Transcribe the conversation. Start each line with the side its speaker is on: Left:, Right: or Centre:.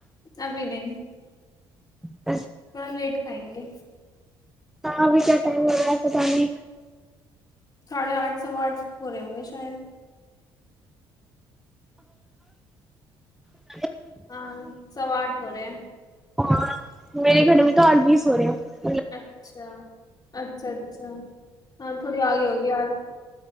Left: ابھی نہیں
Centre: ہ <unintelligible>
Left: تھوڑا لیٹ کھائیں گے
Centre: ہاں ابھی کیا ٹائم لگا ہے پت گی
Left: ساڑھے آٹھ سو آٹھ ہو رہے ہوں گے شاید؟
Centre: ا
Left: ہاں سوا آٹھ ہو رہا ہیں
Centre: ہاں میرے گھڑے میں تو آر بھی سو رہے ہو
Left: اچھا اچھا اچھا ہاں تھوڑی آ گئی ہوگی یار